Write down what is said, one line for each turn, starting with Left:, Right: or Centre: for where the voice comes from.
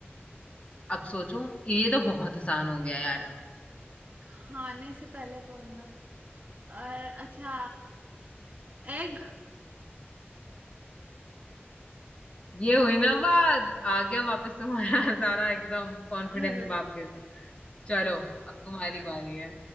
Left: अब सोचो ये तो बहुत आसान हो गया यार अब
Right: खाने से पहले तोड़ना और अच्छा एग
Left: ये हुई ना बात आ गया वापस तुम्हारा <laughs> सारा एकदम कॉन्फिडेंस
Right: <laughs> अरे
Left: वापस चलो अब तुम्हारी बारी है